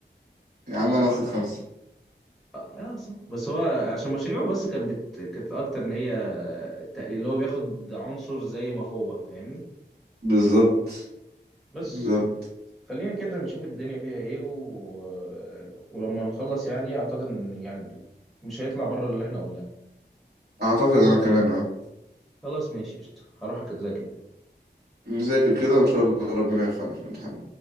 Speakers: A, on the right; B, in the centre.
A: يا عم أنا واخد خمسة
B: اه آه، صح بس هو عشان مشاريعه بس كانت بت... كانت اكتر ان هي تقليل اللي هو بياخد عنصر زي ما هو فاهمني
A: بالظبط
B: بس
A: بالظبط
B: خ- خلينا كده نشوف الدنيا فيها ايه و... ولما نخلص يعني اعتقد ان يعني مش هيطلع بره اللي احنا قلناه
A: أعتقد أنا كمان أه
B: خلاص ماشي قشطة هروح أذاكر
A: نذاكر كده وإن شاء الله ربنا يوفقنا في الامتحان